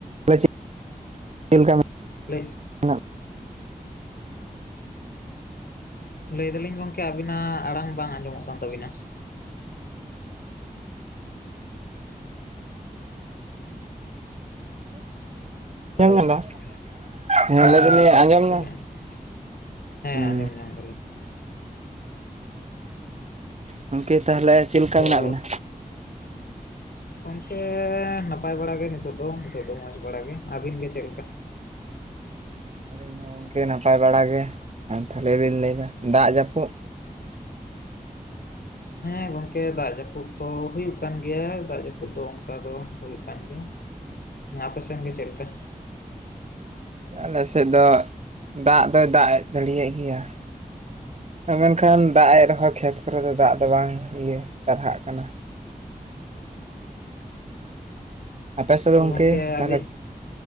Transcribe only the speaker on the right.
<unintelligible> ᱪᱮᱫ <inaudible> ᱪᱮᱫ ᱞᱮᱠᱟ ᱢᱮᱱᱟᱜ
ᱵᱤᱱᱟ?
ᱟᱸᱡᱚᱢ
ᱧᱟᱢ
ᱫᱟ ᱦᱮᱸ
ᱞᱟᱹᱭ ᱫᱟᱞᱤᱧ
ᱟᱸᱡᱚᱢ
ᱧᱟᱢ
ᱦᱩᱸ
ᱜᱚᱢᱠᱮ ᱛᱟᱦᱚᱞᱮ ᱪᱮᱫ ᱞᱮᱠᱟ
ᱢᱮᱱᱟᱜ
ᱵᱤᱱᱟ?
ᱟᱹᱞᱤᱧ ᱜᱚᱝᱠᱮ ᱱᱟᱯᱟᱭ ᱵᱟᱲᱟ ᱜᱮ ᱾ ᱟᱨ ᱛᱟᱦᱚᱞᱮ ᱞᱤᱧ ᱞᱟᱹᱭ ᱮᱫᱟ ᱫᱟᱜ ᱡᱟᱹᱯᱩᱫ
ᱟᱞᱮ ᱥᱮᱫ ᱫᱚ ᱫᱟᱜ ᱫᱚᱭ ᱫᱟᱜ ᱮ ᱡᱟᱹᱲᱤᱭᱮᱜ ᱜᱮᱭᱟ ᱾ ᱢᱮᱱᱠᱷᱟᱱ ᱫᱟᱜ ᱮᱜ ᱨᱮᱦᱚᱸ ᱠᱷᱮᱛ ᱠᱚᱨᱮ ᱫᱚ ᱫᱟᱜ ᱫᱚ ᱵᱟᱝ ᱤᱭᱟᱹ ᱴᱟᱨᱦᱟᱜ ᱠᱟᱱᱟ ᱾ ᱟᱯᱮ ᱥᱮᱫ
ᱫᱚ ᱜᱚᱝᱠᱮ
ᱛᱟᱦᱚᱞᱮ